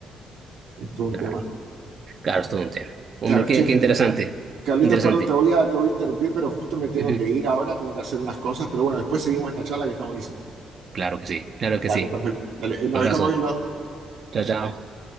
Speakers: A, on the right; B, on the right.
A: es todo un
B: claro,
A: tema.
B: claro, es todo un tema. Hombre,
A: Claro,
B: qué,
A: che,
B: qué interesante.
A: Carlitos,
B: Interesante.
A: perdón, te voy a, te voy a interrumpir, pero justo me tengo
B: Ujú,
A: que ir ahora, tengo que hacer unas cosas. Pero bueno, después seguimos esta charla que está buenísima.
B: Claro que sí, claro que
A: Dale,
B: sí.
A: perfecto. Dale, eh, nos
B: Abrazo.
A: estamos viendo.
B: Chao, chao.